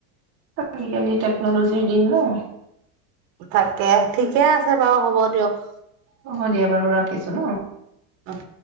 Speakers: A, on the right; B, on the right.
A: আজিকালি টেকন'লজিৰ দিন ন।
B: তাকে ঠিকে আছে বাৰু হ'ব দিয়ক।
A: হ'ব দিয়া বাৰু ৰাখিছো ন।
B: অঃ।